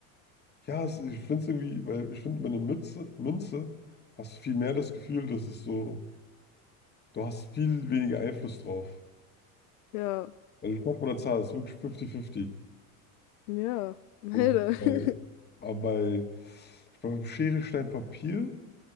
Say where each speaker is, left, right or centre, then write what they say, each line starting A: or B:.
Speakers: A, on the left; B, on the left.
A: ja, es, ich finde es irgendwie, weil ich finde, mit einer Mütze, Münze hast du viel mehr das Gefühl, dass es so, du hast viel weniger Einfluss drauf.
B: Ja.
A: Weil du kommst mit einer Zahl, es ist wirklich 50-50.
B: Ja. Alter.
A: Und bei,
B: <laughs>
A: aber bei, ich glaube, Schere, Stein, Papier,